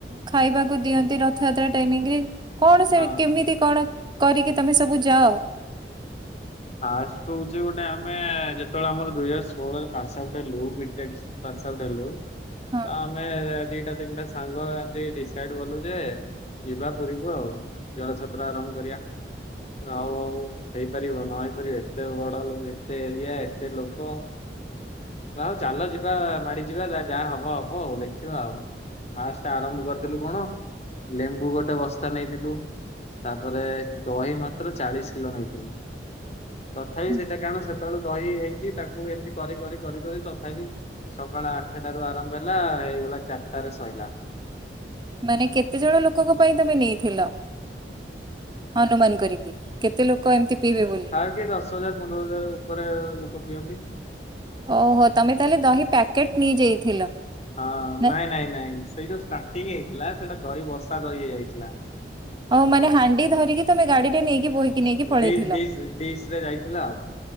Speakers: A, on the right (about 25°); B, on the left (about 35°).
A: ଖାଇବାକୁ ଦିଅନ୍ତି ରଥଯାତ୍ରା ଟାଇମିଂରେ। କଣ ସେ
B: ହଁ
A: କେମିତି କଣ କରିକି ତମେ ସବୁ ଯାଅ?
B: ଫାଷ୍ଟ ହଉଛି ଗୁଟେ ଆମେ ଯେତେବେଳେ ଆମର ଦୁଇ ହଜାର ଷୋହଳରେ ପାସଆଉଟ ହେଲୁ ବିଟେକ୍ ପାସଆଉଟ ହେଲୁ,
A: ହଁ
B: ତ ଆମେ ଦିଟା ତିନିଟା ସାଙ୍ଗ ଏମିତ୍ ଡିସାଇଡି କଲୁ ଯେ ଯିବା ପୁରୀକୁ ଆଉ, ଜର ଛତ୍ର ଆରମ୍ଭ କରିବା। ଆଉ ଆଉ ହେଇପାରିବ ନ ହେଇପାରିବ, ଏତେ ବଡ ଏତେ ଏରିଆ ଏତେ ଲୋକ। ଆଉ ଚାଲ ଯିବା ମାଡି ଯିବା ଯ ଯାହା ହବ ହବ ଆଉ ଦେଖିବା ଆଉ। ଫାଷ୍ଟ ଆରମ୍ଭ କରିଥିଲୁ କଣ ଲେମ୍ବୁ ଗୋଟେ ବସ୍ତା ନେଇଥିଲୁ। ତାପରେ ଦହି ମାତ୍ର ଚାଳିଶ କିଲୋ ନେଇଥିଲୁ। ତଥାପି
A: ହୁଁ,
B: ସେଇଟା କାରଣ ସେତେବେଳେ ଦହି ହେଇଛି ତାକୁ ଏମିତି କରି କରି କରି କରି ତଥାପି ସକାଳ ଆଠଟାରୁ ଆରମ୍ଭ ହେଲା ହେଇଗଲା ଚାରିଟାରେ ସରିଲା।
A: ମାନେ କେତେ ଜଣ ଲୋକଙ୍କ ପାଇଁ ତମେ ନେଇଥିଲ, ଅନୁମାନ କରିକି? କେତେ ଲୋକ ଏମିତି ପିଇବେ ବୋଲି?
B: କେ ଦଶହଜାର ପନ୍ଦର ହଜାର ଉପରେ ଲୋକ ପିଅନ୍ତି।
A: ଓହୋ ତମେ ତାହେଲେ ଦହି ପ୍ୟାକେଟ ନେଇଯାଇଥିଲ?
B: ହଁ
A: ନା?
B: ନାଇଁ ନାଇଁ ନାଇଁ ସେଇ ଯୋଉ ଷ୍ଟାଟିଙ୍ଗ ହେଇଥିଲା ସେଇଟା ଦହି ବର୍ଷା ଦହି ହେଇଯାଇଥିଲା।
A: ହଉ ମାନେ ହାଣ୍ଡି ଧରିକି ତମେ ଗାଡିରେ ନେଇକି ବୋହିକି ନେଇକି ପଳେଇଥିଲ।
B: ଡିସ୍ ଡିସ୍ ଡିସ୍ ରେ ଯାଇଥିଲା ଆଉ